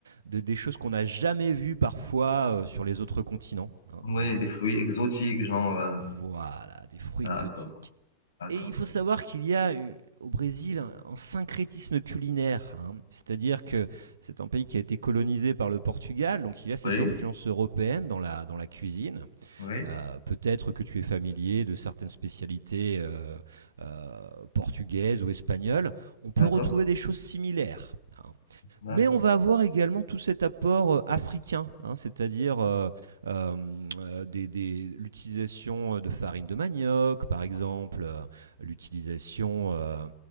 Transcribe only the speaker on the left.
Oui,
des fruits exotiques, genre. euh,
D'accord,
d'accord,
d'accord.
Oui,
oui,
d'accord,
d'accord,
oui,